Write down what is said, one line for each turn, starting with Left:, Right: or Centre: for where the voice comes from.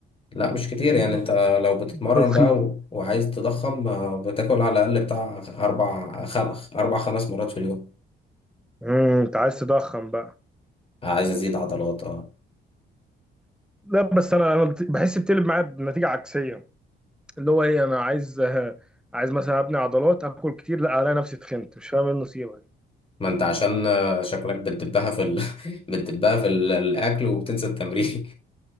Left: لا مش كتير
Centre: كده
Left: يعني
Centre: كده
Left: أنت لو بتتمرن
Centre: ده تضخيم
Left: بقى و- وعايز تضخم آه، بتاكل على الأقل بتاع أربع خم... أربع خمس مرات في اليوم
Centre: امم انت عايز تضخم بقى
Left: آه، عايز أزيد عضلات أه
Centre: لا بس انا انا بت- بحس بتقلب معايا بنتيجة عكسية اللي هو ايه انا عايز عايز مثلا ابني عضلات اكل كتيه لا الاقي نفسي اتخنت مش فاهم ايه النصيبه دي
Left: ما أنت عشان آه، شكلك بتدبها في ال... <laughs> بتدبها في ال... الأكل وبتنسى التمرين